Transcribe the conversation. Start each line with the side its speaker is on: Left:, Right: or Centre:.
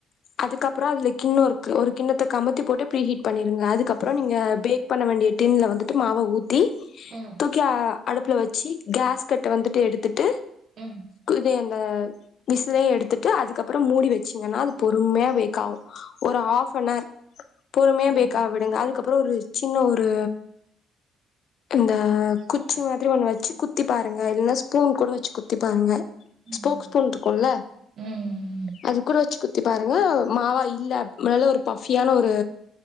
Left: அதுக்கப்புறோ அதுல கிண்ண இருக்கு ஒரு கிண்ணத்த கமுத்தி போட்டு ஃப்ரீ ஹீட் பண்ணிருங்க அதுக்கப்புறோ நீங்க பேக் பண்ண வேண்டிய டின்ல வந்துட்டு மாவ ஊத்தி
Right: ம்,
Left: குக்கியா அடுப்பில் வெச்சி கேஸ் கட்ட வந்துட்டு எடுத்துட்டு
Right: ம்
Left: அப்டியே அந்த விசுலையு எடுத்துட்டு அதுக்கப்புறோ மூடி வெச்சிங்கன்னா அது பொறுமையா பேக் ஆகு ஒரு ஆஃப் ஆன் அவர் பொறுமையா
Right: ம்ஹ்ம்.
Left: பேக் ஆக விடுங்க அதுக்கப்றோ ஒரு சின்ன ஒரு இந்த
Right: ஸ்டிக்கு.
Left: குச்சி மாதிரி ஒன்னு வெச்சி குத்தி பாருங்க இல்லன்னா ஸ்பூன் கூட வெச்சி குத்தி பாருங்க
Right: ம்.
Left: ஸ்போக் ஸ்புன் இருக்கும்ல
Right: ம்
Left: அது கூட வெச்சி குத் குத்தி பாருங்க மாவா இல்ல ஒரு பஃபியான ஒரு